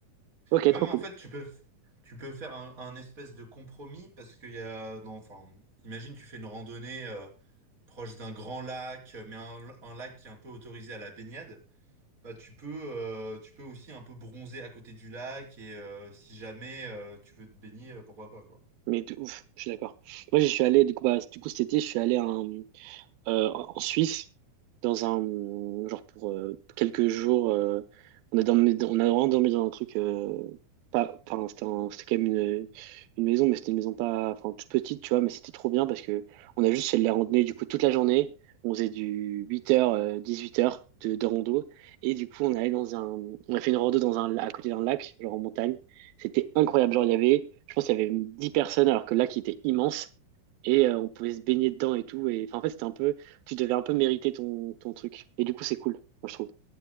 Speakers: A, on the right (about 90°); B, on the right (about 25°).
A: Ok,
B: Et même
A: trop cool.
B: en fait, tu peux, f- tu peux faire un, un espèce de compromis parce qu'il y a, non, enfin, imagine tu fais une randonnée euh, proche d'un grand lac, mais un, un lac qui est un peu autorisé à la baignade. Bah, tu peux, euh, tu peux aussi un peu bronzer à côté du lac et euh, si jamais euh, tu veux te baigner, euh, pourquoi pas, quoi.
A: Mais de ouf, je suis d'accord. Moi, je suis allé, du coup, bah, du coup, cet été, je suis allé à un. euh, en Suisse, dans un genre pour euh, quelques jours, euh, on a dormi, on a vraiment dormi dans un truc euh, pas, enfin c'était un- c'était quand même une, une maison, mais c'était une maison pas, enfin toute petite, tu vois, mais c'était trop bien parce que on a juste fait de la randonnée du coup toute la journée, on faisait du 8h, 18h de, de rando et du coup on est allé dans un, on a fait une rando dans un, à côté d'un lac, genre en montagne, c'était incroyable, genre il y avait, je pense qu'il y avait 10 personnes alors que le lac il était immense et euh, on pouvait se baigner dedans et tout. Et enfin, en fait, c'était un peu tu devais un peu mériter ton, ton truc. Et du coup, c'est cool, moi, je trouve.